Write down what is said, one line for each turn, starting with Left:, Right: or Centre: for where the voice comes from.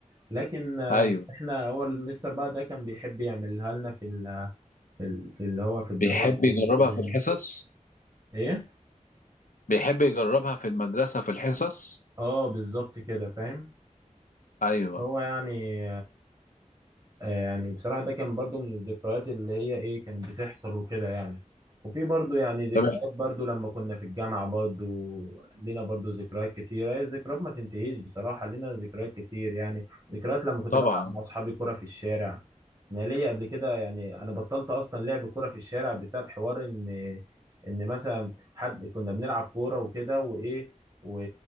Right: لكن آه،
Left: ايوه
Right: احنا هو المستر بقى ده كان بيحب يعملها لنا في ال في ال في اللي هو في الدراسه
Left: بيحب يجربها
Right: وكده يعني.
Left: في الحصص
Right: ايه
Left: بيحب يجربها في المدرسة في الحصص
Right: اه بالظبط كده فاهم
Left: أيوة
Right: هو يعني آه، يعني بصراحة ده كان برضو من الذكريات اللي هي ايه كانت بتحصل وكده يعني وفي برضو يعني ذكريات
Left: طبعا
Right: برضو لما كنا في الجامعة برضو لينا برضو ذكريات كتيرة هي الذكريات ما تنتهيش بصراحة لينا ذكريات كتير يعني ذكريات لما كنت
Left: طبعا
Right: بلعب مع أصحابي كرة في الشارع أنا ليا قبل كده يعني أنا بطلت أصلا لعب كرة في الشارع بسبب حوار إن إن مثلا حد كنا بنلعب كورة وكده وإيه و...